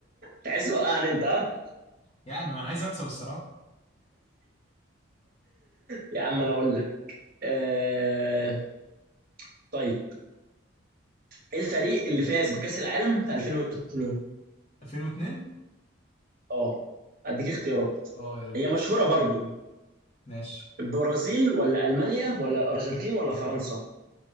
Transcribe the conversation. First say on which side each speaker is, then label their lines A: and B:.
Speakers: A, on the right (about 45°); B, on the left (about 30°).
A: تحس وقعني انت ها
B: يعني ما انا عايز اكسب الصراحة
A: يا عم انا اقول لك آه طيب ايه الفريق اللي فاز بكأس العالم في 2002
B: 2002
A: اه اديك اختيارات
B: اه يا ريت
A: هي مشهورة برضو
B: ماشي
A: البرازيل ولا ألمانيا ولا الأرجنتين ولا فرنسا